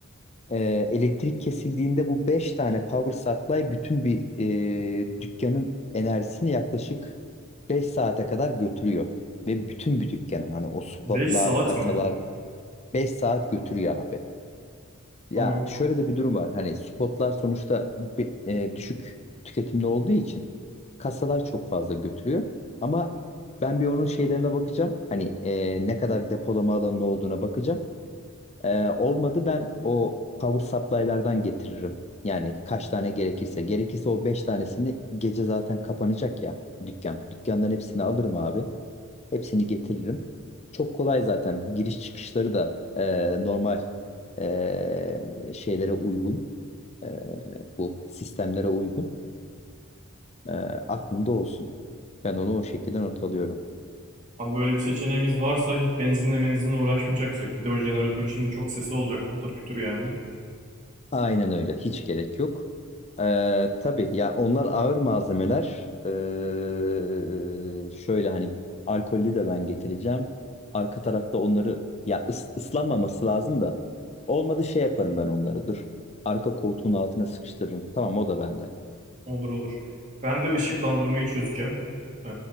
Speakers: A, on the left (about 30°); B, on the right (about 35°).
A: Ee, elektrik kesildiğinde bu 5 tane power supply bütün bir e, dükkanın enerjisini yaklaşık 5 saate kadar götürüyor. Ve bütün bir dükkanın hani o spotlar,
B: 5 saat
A: kasalar
B: mi?
A: 5 saat götürüyor abi. Ya
B: Tamam.
A: şöyle de bir durum var. Hani spotlar sonuçta bi- e, düşük tüketimde olduğu için kasalar çok fazla götürüyor. Ama ben bir onun şeylerine bakacağım. Hani e, ne kadar depolama alanının olduğuna bakacağım. E, olmadı ben o power supply'lardan getiririm. Yani kaç tane gerekirse. Gerekirse o 5 tanesini gece zaten kapanacak ya dükkan. Dükkandan hepsini alırım abi. Hepsini getiririm. Çok kolay zaten. Giriş çıkışları da e, normal e, şeylere uygun. e, bu sistemlere uygun. E, aklında olsun. Ben onu o şekilde not alıyorum.
B: Abi böyle bir seçeneğimiz varsa hiç benzinle benzinle uğraşmayacaksak. Bir de o jeneratörün şimdi çok sesi olacak patır kütür yani.
A: Aynen öyle. Hiç gerek yok. Ee, tabii ya onlar ağır malzemeler. Ee, şöyle hani alkollü de ben getireceğim. Arka tarafta onları ya ıs- ıslanmaması lazım da. Olmadı şey yaparım ben onları. Dur. Arka koltuğun altına sıkıştırırım. Tamam o da bende.
B: Olur olur. Ben de ışıklandırmayı çözeceğim. Ee,